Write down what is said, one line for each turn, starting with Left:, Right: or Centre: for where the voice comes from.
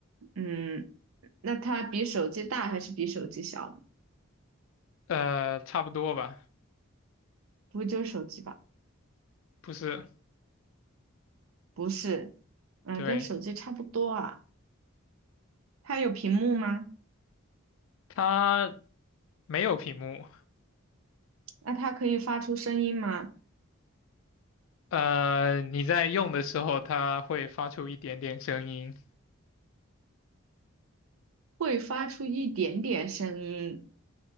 Right: 嗯，那它比手机大还是比手机小呢？
Left: 呃，差不多吧，
Right: 不会就是手机吧？
Left: 不是，
Right: 不是，嗯，
Left: 对，
Right: 跟手机差不多啊。它有屏幕吗？
Left: 它没有屏幕，
Right: 那它可以发出声音吗？
Left: 呃，你在用的时候，它会发出一点点声音，
Right: 会发出一点点声音，